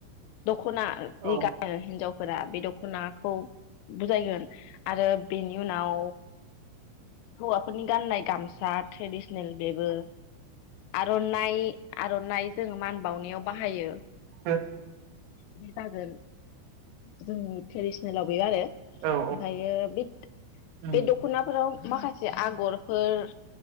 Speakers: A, on the left (about 90°); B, on the right (about 80°).
A: दख'ना जि
B: औ
A: गानो हिनजावफोर फोर बे दख'नाखौ बुजायगोन आरो बेनि उनाव हौवाफोरनि गाननाय गामसा ट्रेडिसनेल बेबो आर'नाइ आर'नाइ जोङ मान बावनायाव बाहायो
B: ओं
A: बि जागोन जों ट्रेडिसनेलाव गैया आरो ओमफ्रायो
B: औ
A: बे
B: उम
A: बे दख'नाफोराव माखासे आगरफोर